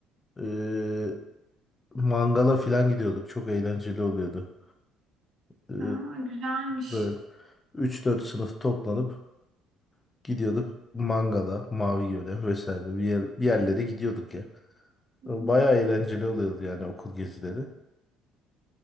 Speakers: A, on the left; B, on the right.
A: Ee, mangala falan gidiyorduk. Çok eğlenceli oluyordu. Ee,
B: Aa, güzelmiş.
A: Böyle üç dört sınıf toplanıp gidiyorduk Mangala, Mavi Göl'e vesaire bir, yer- bir yerlere gidiyorduk ya.
B: Hmm.
A: O Bayağı eğlenceli oluyordu yani okul gezileri.